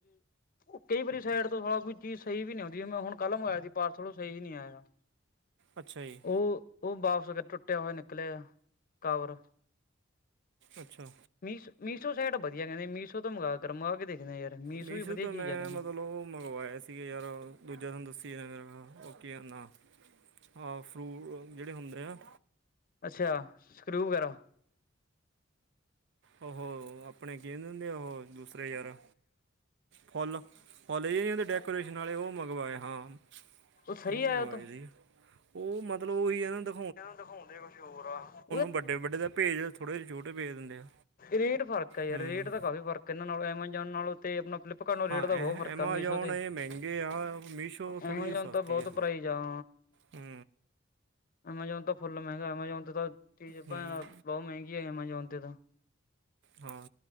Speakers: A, on the left; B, on the right.
A: ਉ ਕਈ ਵਾਰੀ ਸਾਈਡ ਤੋਂ ਸਾਲਾ ਕੋਈ ਚੀਜ਼ ਸਹੀ ਨੀ ਆਉਦੀ ਮੈਂ ਹੁਣ ਕੱਲ੍ਹ ਮੰਗਵਾਇਆ ਸੀ ਪਾਰਸਲ ਉਹ ਸਹੀ ਨਈ ਆਇਆ
B: ਅੱਛਾ ਜੀ
A: ਉ ਉ ਵਾਪਸ ਟੁੱਟਿਆ ਹੋਇਆ ਨਿਕਲਿਆ ਕਵਰ
B: ਅੱਛਾ
A: ਮੀਸੋ, ਮੀਸੋ ਸਾਈਟ ਵਧੀਆ, ਕਹਿੰਦੇ ਮੀਸ਼ੋ ਤੋਂ ਮੰਗਾਵਾ ਕਰ ਆ ਕੇ ਦੇਖਦੇ ਯਾਰ
B: ਮੀਸ਼ੋ
A: ਵੀ ਵਧੀਆ
B: ਤੋਂ
A: ਚੀਜ਼
B: ਮੈਂ
A: ਆ ਕਹਿੰਦੇ
B: ਮਤਲਬ ਮੰਗਵਾਇਆ ਸੀ ਯਾਰ ਦੂਜਾ ਤੁਹਾਨੂੰ ਦੱਸੀਦਾ ਮੇਰਾ ਉਹ ਕੀ ਕਰਨਾ ਹਾਂ ਫਰੂ ਜਿਹੜੇ ਹੁੰਦੇ ਆ
A: ਅੱਛਾ ਸਕਰਊ ਵਗੈਰਾ
B: ਉਹ ਆਪਣੇ ਕਹਿੰਦੇ ਹੁੰਦੇ ਉਹ ਦੂ ਤ੍ਰੇਅਰ ਫੁੱਲ <unintelligible> ਫੱਲਦੇ ਡੈਕੋਰੇਸ਼ਨ ਵਾਲੇ ਉਹ ਮੰਗਵਾਏ ਹਾਂ
A: ਸਹੀ
B: ਉਹ ਮੰਗਵਾਏ
A: ਆਇਆ ਤਾਂ
B: ਸੀ ਉਹ ਮਤਲਬ ਉਹੀ ਇਹਨਾਂ ਦਾ
A: ਨੂੰ ਦਿਖਾਉਂਦੇ ਕੁਸ਼ ਹੋਰ ਆ
B: ਵੱਡੇ ਵੱਡੇ ਦਾ ਭੇਜ ਥੋੜ੍ਹੇ ਜਿਹੇ ਛੋਟੇ ਭੇਜ ਦਿੰਦੇ ਆ
A: ਰੇਟ ਫਰਕ ਹੈ ਯਾਰ
B: ਹੂੰ
A: ਰੇਟ ਦਾ ਕਾਫੀ ਫਰਕ ਕਿੰਨਾਂ ਨਾਲੋਂ ਐਮਨ ਜਾਣ ਨਾਲ ਆਪਣਾ ਫਲਿਪਕਾਰਟ
B: ਹਾਂ
A: ਰੇਟ ਦਾ
B: ਐ
A: ਬਹੁਤ ਫਰਕ
B: ਐਮਾਜੋਨ
A: ਆ ਮੀਸ਼ੋ ਦੇ
B: ਇਹ ਮਹਿੰਗੇ ਆ ਮੀਸ਼ੋ ਥੋੜ੍ਹੀ
A: ਐਮਾਜੋਨ
B: ਸਸਤੀ
A: ਬਹੁਤ
B: ਆ
A: ਪ੍ਰ ਜੋਂ
B: ਹੂੰ
A: ਅਮਾਜੋਨ ਤਾਂ ਫੁੱਲ ਮਹਿੰਗਾ ਅਮਾਜ਼ੋਨ ਤੇ ਤਾਂ ਤੀ
B: ਹੂੰ
A: ਬਹੁਤ ਮਹਿੰਗੀ ਹੈ ਅਮਾਜੋਨ ਤੇ ਤਾਂ
B: ਹਾਂ